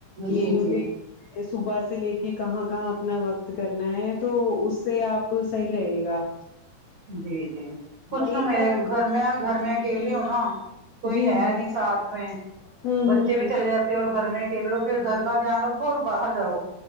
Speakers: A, on the left; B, on the right.
A: کہ
B: جی
A: مجھے
B: جی
A: صبح سے لے کے کہاں کہاں اپنا وقت کرنا ہے تو اس سے آپ بالکل صحی رہے گا
B: جی جی کچھ
A: وہی
B: نہا میرے
A: پر
B: گھر میں گھر میں اکیل ہو نا کوئی
A: جی
B: ہے
A: جی
B: نہیں ساتھ میں
A: ہوں
B: بچے
A: ہوں
B: بھی
A: ہ
B: چلے جاتے اور گھر میں اکیلے رہو پھر گھر کا دھیان رکھو اور باہر جاؤ